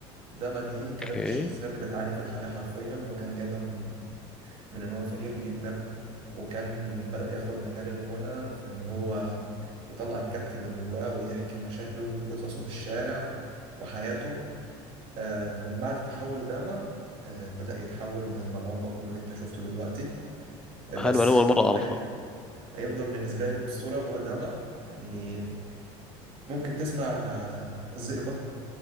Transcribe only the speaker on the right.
داما دي
كانت الشخصية اللي بتعاني في الحياة حرفيا وكان جايبها من, من إن هو فقير جدا وكان بدأ ياخد مجال الغنى في إن هو يطلع الكبت اللي جواه ويحكي مشاكله وقصصه في الشارع وحياته آه، من بعد تحول داما آه، بدأ يتحول مروان بابلو اللي انت شفته دلوقتي آه، بس
هيف- هيفضل بالنسبة لي الأسطورة هو داما يعني ممكن تسمع آه، زئبق